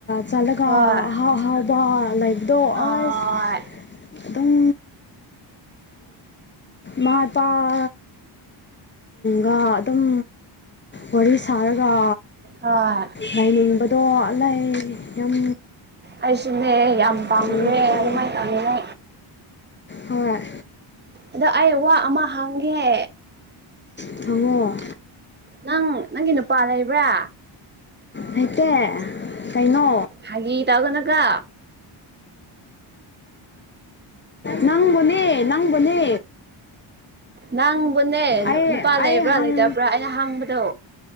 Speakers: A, on the left; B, on the right.
A: ꯆꯂꯒ
B: ꯍꯣꯏ
A: ꯍꯥꯥ ꯍꯥ ꯂꯥꯏꯐ ꯗꯣ
B: ꯍꯣꯏ
A: ꯑꯁ ꯑꯦꯗꯨꯝ ꯃꯥꯏꯄꯥꯥ ꯒꯥ ꯑꯗꯨꯝ ꯋꯥꯔꯤ ꯁꯥꯔꯒ
B: ꯍꯣꯏ
A: ꯂꯥꯏꯅꯤꯡꯕ ꯇꯣꯂꯥꯏ ꯌꯥꯝ
B: ꯑꯩꯁꯤꯅꯦ ꯌꯥꯝ ꯄꯥꯝꯃꯛꯑꯦ
A: ꯇꯧꯅꯤꯡꯕꯗꯣ
B: ꯑꯗꯨꯃꯥꯏꯅ ꯇꯧꯅꯤꯅ
A: ꯍꯣꯏ
B: ꯑꯗ ꯑꯩ ꯋꯥ ꯑꯃ ꯍꯥꯡꯉꯦ
A: ꯊꯉꯣ
B: ꯅꯪ ꯅꯪꯒꯤ ꯅꯨꯄꯥ ꯂꯩꯕ꯭ꯔꯥ
A: ꯍꯩꯇꯦ ꯀꯩꯅꯣ
B: ꯍꯥꯒꯤ ꯇꯧꯒꯅꯨꯀꯣ
A: ꯅꯪꯕꯨꯅꯦ ꯅꯪꯕꯨꯅꯦ
B: ꯅꯪꯕꯨꯅꯦ
A: ꯑꯩ
B: ꯅꯨ ꯅꯨꯄꯥ
A: ꯑꯩ
B: ꯂꯩꯕ꯭ꯔꯥ
A: ꯍꯪ
B: ꯂꯩꯇꯕ꯭ꯔꯥ ꯑꯩꯅ ꯍꯥꯡꯕꯗꯣ